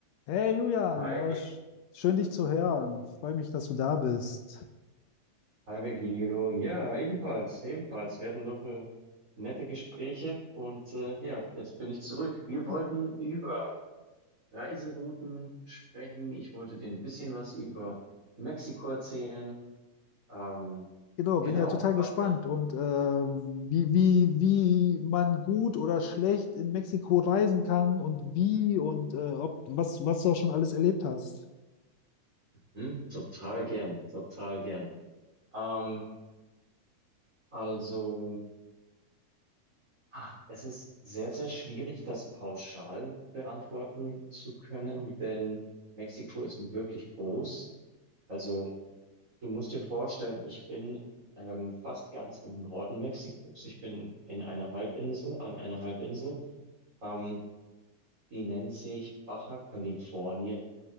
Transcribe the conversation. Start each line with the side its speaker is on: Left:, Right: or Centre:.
Left: Hey Julian,
Right: Hi,
Left: äh,
Right: Vir-
Left: sch- schön dich zu hören. Freue mich, dass du da bist.
Right: Hi Virgilio. Ja, ebenfalls, ebenfalls. Wir hatten noch äh, nette Gespräche und äh, ja, jetzt bin ich zurück. Wir wollten
Left: I-
Right: über Reiserouten sprechen. Ich wollte dir ein bisschen was über Mexiko erzählen. Ähm,
Left: Genau,
Right: genau.
Left: bin ja total
Right: Was
Left: gespannt
Right: denn?
Left: und äh, wie, wie, wie man gut oder schlecht in Mexiko reisen kann und wie und äh, ob, was, was du schon alles erlebt hast.
Right: Hm, total gern, total gern. Ähm, also, ah, es ist sehr, sehr schwierig, das pauschal beantworten zu können, denn Mexiko ist wirklich groß. Also Du musst dir vorstellen, ich bin ähm, fast ganz im Norden Mexikos. Ich bin in einer Halbinsel, an einer Halbinsel. Ähm, die nennt sich Baja California.